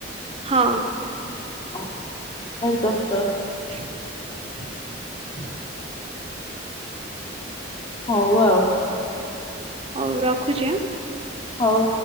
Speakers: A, on the right (about 30°); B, on the left (about 30°).
A: ହଁ।
B: ହ, ଭାର କଷ୍ଟ।
A: <unintelligible>
B: ହଉ ଆଉ।
A: ହଉ ରଖୁଛି ଆଁ
B: ହଉ।